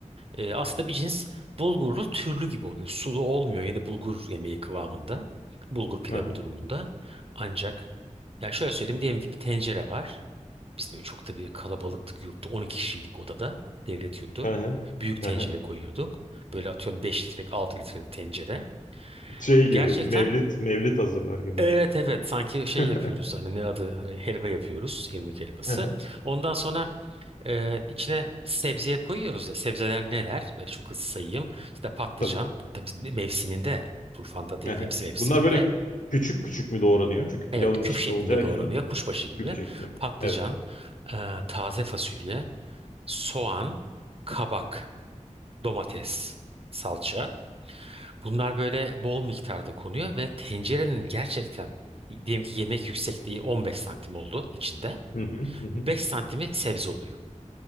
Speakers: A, on the right (about 50°); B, on the left (about 80°).
A: E, aslında bir cins bulgurlu türlü gibi oluyor. Sulu olmuyor. Yine bulgur yemeği kıvamında. Bulgur pilavı
B: Aha.
A: durumunda. Ancak ya şöyle söyleyeyim diyelim ki bir tencere var. Biz böyle çok tabii kalabalıktık yurtta. 12 kişiydik odada. Devlet yurdu.
B: Aha.
A: Büyük tencere
B: Aha.
A: koyuyorduk. Böyle atıyorum 5 litrelik 6 litrelik tencere.
B: Şey gibi
A: Gerçekten
B: mevlit mevlit hazırlar gibi.
A: Evet evet sanki şey
B: <laughs>
A: yapıyoruz hani ne adı e, helva yapıyoruz irmik helvası.
B: Aha,
A: Ondan sonra e, içine sebzeye koyuyoruz ya sebzeler neler böyle çok hızlı sayayım. İşte patlıcan
B: Tabii ki.
A: tabii mevsiminde turfanda değil
B: Aha.
A: hepsi mevsiminde.
B: Bunlar böyle küçük küçük mü doğranıyor? Çünkü pilavın
A: Evet küp
B: içinde
A: şeklinde
B: olacağı için
A: doğranıyor kuşbaşı gibi.
B: küp şeklinde.
A: Patlıcan,
B: Evet.
A: e, taze fasulye, soğan, kabak, domates, salça. Bunlar böyle bol miktarda konuyor ve tencerenin gerçekten diyelim ki yemek yüksekliği 15 santim oldu içinde.
B: Hı hı, hı hı.
A: beş santimi sebze oluyor.